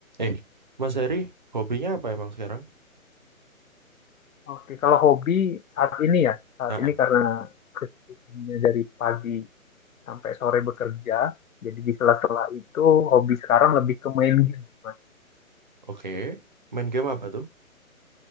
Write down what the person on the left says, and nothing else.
Oke, kalau hobi saat ini ya, saat
ini
karena kesibukannya dari pagi sampai sore bekerja, jadi di sela-sela itu hobi sekarang lebih ke main game, Mas.